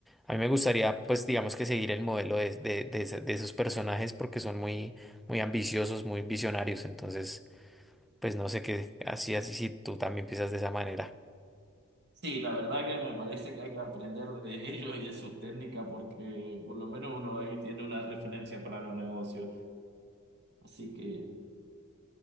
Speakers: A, in the centre; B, on the right.
A: A mí me gustaría, pues, digamos que seguir el modelo de, de, de ese- de esos personajes porque son muy, muy ambiciosos, muy visionarios. Entonces, pues, no sé qué, así, así, si tú también piensas de esa manera.
B: Sí, la verdad que me parece que hay que aprender de ellos y de sus técnicas porque por lo menos uno ahí tiene una referencia para los negocios. Así que,